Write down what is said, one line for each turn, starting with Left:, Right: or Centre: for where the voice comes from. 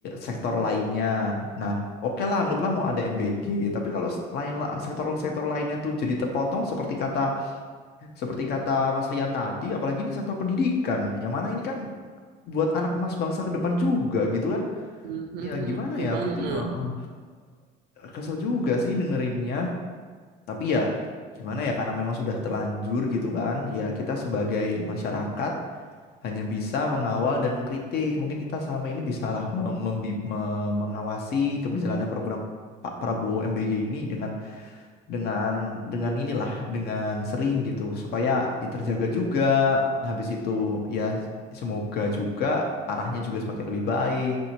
Left: sektor lainnya. Nah, oke lah, anggaplah mau ada MBG. Tapi kalau s- lain la- sektor-sektor lainnya tuh jadi terpotong seperti kata seperti kata Mas Rian tadi, apalagi ini sektor pendidikan. Yang mana ini kan buat anak emas bangsa ke depan juga gitu kan.
Right: Mm, mm,
Left: Ya gimana
Right: betul
Left: ya
Right: banget.
Left: aku ju- eh, eh, eh, kesel juga sih dengerinnya tapi ya gimana ya karena memang sudah terlanjur gitu kan ya kita sebagai masyarakat hanya bisa mengawal dan mengkritik mungkin kita selama ini bisalah mem- membi- me- mengawasi keberjalanan program Pak Prabowo MBG ini dengan dengan dengan inilah dengan sering gitu supaya ya terjaga juga Nah, habis itu ya semoga juga arahnya juga semakin lebih baik